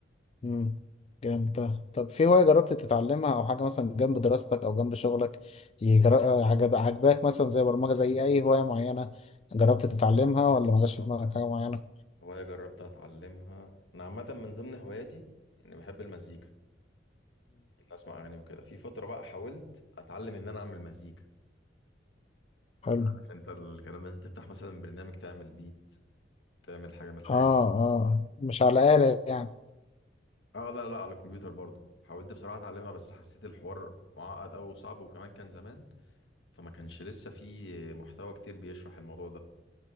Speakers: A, on the left; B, on the left.
A: مم. جامد ده. طب في هواية جربت تتعلمها أو حاجة مثلا جنب دراستك أو جنب شغلك يجر- عجب عجباك مثلا زي برمجة زي أي هواية معينة جربت تتعلمها ولا ما جاش
B: آه،
A: في دماغك
B: فاهمك.
A: حاجة معينة؟
B: هواية جربت أتعلمها أنا عامة من ضمن هواياتي إني بحب المزيكا إن أسمع أغاني وكده في فترة بقى حاولت أتعلم إن أنا أعمل مزيكا
A: حلو
B: عارف أنت الكلام ده أنت تفتح مثلا برنامج تعمل بيت تعمل حاجة من الحاجات
A: اه
B: دي
A: اه مش على آلة يعني
B: أه لا لا على الكمبيوتر برضه حاولت بصراحة أتعلمها بس حسيت الحوار معقد أوي وصعب وكمان كان زمان فما كانش لسه في محتوى كتير بيشرح الموضوع ده